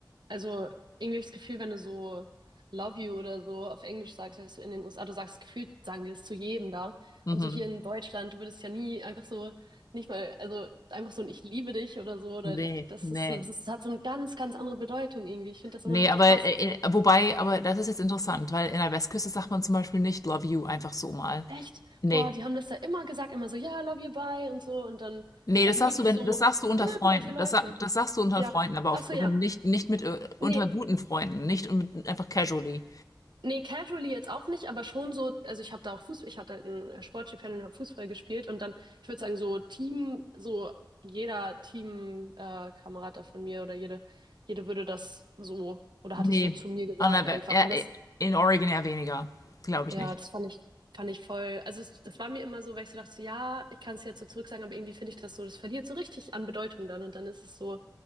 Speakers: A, on the right; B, on the left.
A: Also irgendwie habe ich das Gefühl, wenn du so Love you oder so auf Englisch sagst, weißt du, in den USA, du sagst gefühlt, sagen die das zu jedem da.
B: Mhm.
A: Und so hier in Deutschland, du würdest ja nie einfach so, nicht mal, also einfach so ein Ich liebe dich oder so, oder
B: Nee,
A: das
B: nee.
A: ist, so- das ist, hat so eine ganz, ganz andere Bedeutung irgendwie. Ich finde das
B: Nee,
A: immer richtig
B: aber
A: krass.
B: äh, äh, wobei, aber das ist jetzt interessant, weil in der Westküste sagt man zum Beispiel nicht Love you einfach so mal.
A: Echt?
B: Nee.
A: Boah, die haben das da immer gesagt, immer so, ja, love you, bye und so. Und dann,
B: Nee,
A: also
B: das sagst
A: wirklich
B: du, wenn,
A: so,
B: das sagst du unter
A: irgendwelche
B: Freunden.
A: Leute.
B: Das, sa- das sagst du unter
A: Ja.
B: Freunden, aber auf,
A: Ach so,
B: wenn
A: ja.
B: nicht, nicht mit, äh, unter
A: Nee.
B: guten Freunden, nicht mit, einfach casually.
A: Nee, casually jetzt auch nicht, aber schon so, also ich habe da auch Fußball, ich hatte halt ein Sportstipendium und habe Fußball gespielt und dann, ich würde sagen, so Team, so jeder Team, äh, Kamerad da von mir oder jede, jede würde das so oder
B: Nee.
A: hat es so zu mir gesagt
B: An der, We-
A: einfach.
B: ja,
A: Und das,
B: äh, in Oregon eher weniger. Glaube ich
A: ja,
B: nicht.
A: das fand ich, fand ich voll, also es, das war mir immer so, weil ich so dachte, so, ja, ich kann es jetzt so zurück sagen, aber irgendwie finde ich das so, das verliert so richtig an Bedeutung dann und dann ist es so,